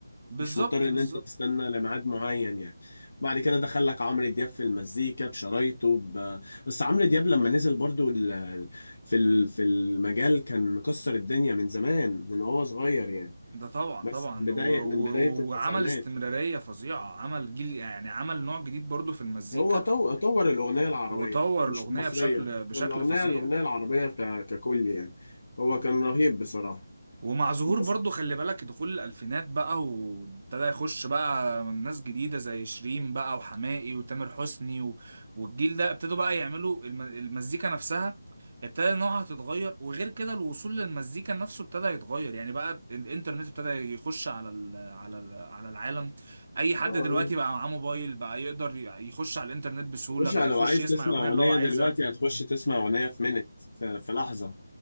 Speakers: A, on the right (about 45°); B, on the left (about 60°).
A: بالظبط
B: مش مضطر إن
A: بالظبط
B: أنت تستنى لميعاد معين يعني بعد كده دخل لك عمرو دياب في المزيكا بشرايطه ب... بس عمرو دياب لما نزل برضو ال... في ال... في المجال كان مكسر الدنيا من زمان من وهو صغير يعني
A: ده طبعا
B: بس
A: طبعا
B: من بداية
A: و... و...
B: من بداية التسعينات
A: وعمل استمرارية فظيعة عمل جيل يعني عمل نوع جديد برضو في المزيكا
B: هو طو- طور الأغنية العربية
A: وطور
B: مش
A: الأغنية
B: المصرية
A: بشكل بشكل
B: الأغنية
A: فظيع
B: الأغنية العربية ك... ككل يعني هو كان رهيب بصراحة
A: ومع ظهور
B: بس
A: برضو خلي بالك دخول الألفينات بقى وابتدى يخش بقى ناس جديدة زي شيرين بقى وحماقي وتامر حسني و... والجيل ده ابتدوا بقى يعملوا الم... المزيكا نفسها ابتدى نوعها تتغير وغير كده الوصول للمزيكا نفسه ابتدى يتغير يعني بقى الانترنت ابتدى يخش على ال... على ال... على العالم اي حد
B: آه،
A: دلوقتي بقى معاه موبايل بقى يقدر ي- يخش على الانترنت بسهولة
B: مش
A: بقى
B: لو
A: يخش
B: عايز
A: يسمع
B: تسمع
A: الأغنية
B: أغنية
A: اللي هو عايزها
B: دلوقتي هتخش تسمع أغنية في منت في... في لحظة